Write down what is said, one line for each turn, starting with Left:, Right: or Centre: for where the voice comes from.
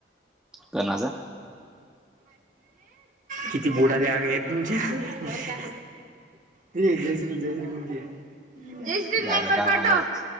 Centre: कोणाचा
Right: किती बुडाले आहेत तुमच्या जय श्रीु जय श्री कुणती जस दिन
Centre: झालं
Right: नाही मर
Centre: दाम
Right: पाट
Centre: आलोच